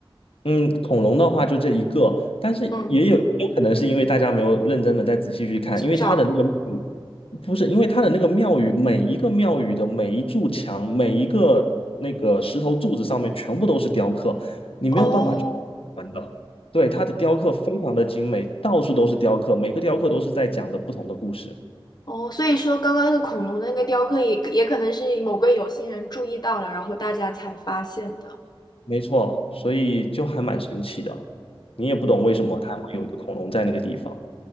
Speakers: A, on the left; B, on the left.
A: 嗯，恐龙的话就这一个，但是也有也有可能是因为大家没有认真的再仔细去看，
B: 嗯，
A: 因为它的那个
B: 找
A: 不是因为它的那个庙宇，每一个庙宇的每一柱墙，每一个那个石头柱子上面全部都是雕刻，你没有办法去
B: 哦
A: 完的。对，它的雕刻非常的精美，到处都是雕刻，每个雕刻都是在讲的不同的故事。
B: 哦，所以说刚刚那个恐龙的那个雕刻也也可能是某个有心人注意到了，然后大家才发现的。
A: 没错，所以就还蛮神奇的，你也不懂为什么它会有一个恐龙在那个地方。
B: 嗯